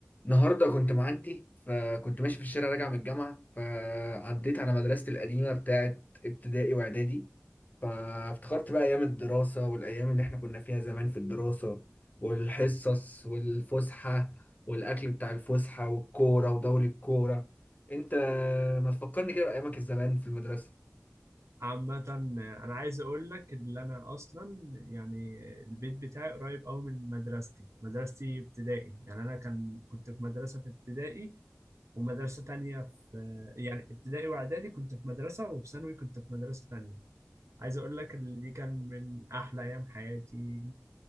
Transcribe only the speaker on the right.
عامة أنا عايز أقول لك إن أنا أصلا يعني البيت بتاعي قريب أوي من مدرستي، مدرستي ابتدائي، يعني أنا كان كنت في مدرسة في ابتدائي ومدرسة تانية في يعني ابتدائي وإعدادي كنت في مدرسة وفي ثانوي كنت في مدرسة تانية، عايز أقول لك إن دي كان من أحلى أيام حياتي،